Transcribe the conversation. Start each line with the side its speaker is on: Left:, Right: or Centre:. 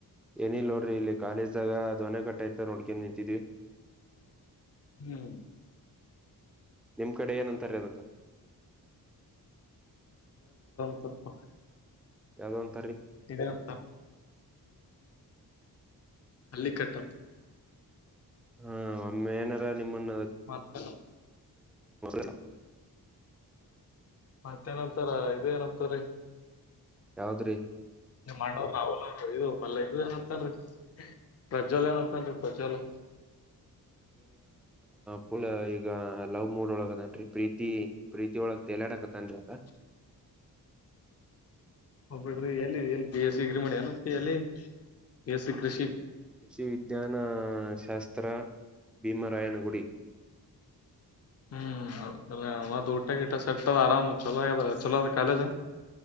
Centre: ಏನಿಲ್ಲ ನೋಡ್ರಿ ಇಲ್ಲಿ ಕಾಲೇಜ್ ಆಗ ದೊಣ್ಣೆ ಕಟ್ಟೆ ತ್ತ ನೋಡ್ಕನ್ ನಿಂತಿದೀವಿ
Left: ಹ್ಮ್ <inaudible>
Centre: ನಿಮ್ ಕಡೆ ಏನ್ ಅಂತಾರೆ ಅದು
Left: ಅಪ್ಪ <unintelligible>
Centre: ಯಾವದೊಂದು
Left: ಇದೆ ಅಂತ ಅಲ್ಲಿ ಕಗ್ಗ
Centre: ಹಾ ಒಮ್ಮೆ ಏನಾರ ನಿಮ್ಮನ್ನ
Left: ಮತ್ತ
Centre: <unintelligible> <inaudible>
Left: ಮತ್ತೇನಂತಾರ ಇದೇನು ಏನತಾರೀ
Centre: ಯಾವದ್ರಿ
Left: ನಿ ಮಾಡ್ಣವ ರಾವಲ್ ಅವ ಇದು ಪಲ್ಲ ಇದದು ಏನತ್ತಾರೀ ಪ್ರಜಲ ಏನಂತಾರಿ ಪ್ರಜಲು
Centre: ಫುಲ್ ಈಗ ಲವ್ ಮೂಡ್ ಒಳಗ ಅದೇನ್ರಿ ಪ್ರೀತಿ ಪ್ರೀತಿ ಒಳಗ ತೆಲಡಕ್ತ್ ದ <unintelligible>
Left: <inaudible>
Centre: <inaudible>
Left: ಹೋಗ್ಬಿಡ್ರಿ ಎಲ್ಲಿ ಬಿ ಎಸ್ ಸಿ ಡಿಗ್ರಿ ಮಾಡಿಯಾನ ಎಲ್ಲಿ ಬಿ ಎಸ್ ಸಿ ಕೃಷಿ
Centre: ಷಿ ದ್ಯನ ಶಾಸ್ತ್ರ ಉತ್ತರ ಭೀಮರಾಯನಗುಡಿ
Left: ಹ್ಮ್ ಹ ಮತ್ತ ಊಟ ಗಿಟ ಸರ್ತದ ಆರಾಮ್ ಚಲೋದ ಚಲೋ ಅದ ಕಾಲೇಜ